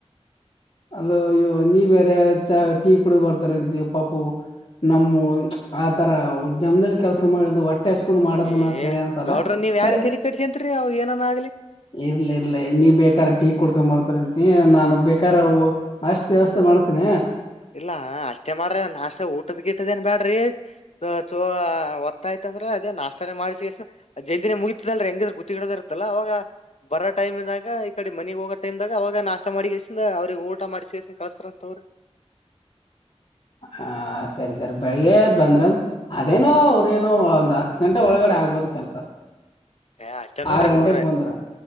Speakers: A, on the left; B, on the left.
A: ಅಲ್ಲ ಅಯ್ಯೋ ನೀ ಬೇರೆ ಚ ಟೀ ಕುಡಿದ್ ಬರ್ತಾರ ಅಂತ ಪಪು ನಮ್ಮ ಆತರ ಜಮ್ನಲಿ ಕೆಲಸ ಮಾಡಿ ಒಟ್ಟೆ ಕಸ್ಕೊಂಡ್ ಮಾಡದನ
B: ಏ
A: ಸರಿ ಅನ್ಸಲ್ಲ
B: ಗೌಡ್ರ ನೀವ್
A: ಸರಿ
B: ಯಾಕೆ ತಲಿ ಕೆಡ್ಸ್ಯಂತ್ರಿ ಅವ್ ಏನನ ಆಗ್ಲಿ
A: ಇರ್ಲ ಇರ್ಲ ನೀ ಬೇಕಾರ
B: ಹ್ಮ್
A: ಟೀ ಕುಡ್ಕೊಂಡಂಬತಾರ ಹ ನಾನು ಬೇಕ ಕವು ನಾಷ್ಟು ದ್ಯವಸ್ಥೆ ಮಾಡ್ತೇನ
B: ಇಲ್ಲಾ ಅಷ್ಟೇ ಮಾಡ್ರ ನಾಷ್ಟ ಊಟದ್ ಗಿಟ್ಟದೇಏನ್ ಬ್ಯಾಡ್ರಿ ಚ ಒತ್ತ ಆಯ್ತಂದ್ರ ಅದೇ ನಾಷ್ಟಾನೇ ಮಾಡ್ಸ ಎಷ್ಟ್ಣ ಜಲ್ದಿನೇ ಮುಗತದ ಅಲ್ರಿ ಹೆಂಗಿದ್ರ ಗುತ್ತಿ ಗಿಡದ ಇರ್ತಲ್ಲ ಅವಾಗ ಬರೋ ಟೈಮ್್ದಾಗ ಈ ಕಡೆ ಮನಗ್ ಹೋಗೋ ಟೈಮ್ದಾಗ ಅವಾಗ ನಾಷ್ಟ ಮಾಡಿ ಎಷ್ಟ ಅವ್ರಿಗೆ ಊಟ ಮಾಡಸ ಎಷ್ಟನ್ ಕಳಸ್ತಾರಂತವ್ರಿ
A: ಹ ಸರಿ ಸರಿ ಬೆಳಿಗ್ಗೆ ಬಂದ್ರ ಅದೇನುೋ ಅವ್ರೇನು ಒಂದ್ ಹತ್ ಗಂಟೆ ಒಳಗಡೆ ಆಗ್ಬೋದು ಕೆಲ್ಸ
B: ಏ ಆ ಚ ನೋಡ್ರಿ
A: ಆರ್ ಗಂಟೆಗ್
B: ಗೌಡ್ರಿ
A: ಬಂದ್ರ